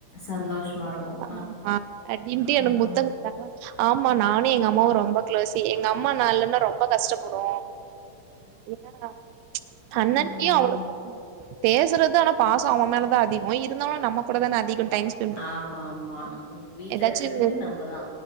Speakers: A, on the left (about 65°); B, on the right (about 85°).
A: சந்தோஷமா இருக்கும்.
B: ஆமா அப்டினுட்டு எனக்கு
A: ம்.
B: முத்தங்குடுத்தாங்களா ஆமா நானு எங்க அம்மாவு ரொம்ப க்ளோஸ் எங்க அம்மா நா இல்லன்னா ரொம்ப கஷ்டப்படு என்னான்னா அண்ணன்னியு
A: ம், ம்.
B: அவ்வளவா பேசுறது ஆனா பாசோ அவ மேலதா அதிகோ இருந்தாலு நம்ம கூட தானே அதிக டைம்ஸ்
A: ஆமா ஆமா வீட்டுல
B: ஏதாச்சு
A: ம் இருக்கறது நம்மதா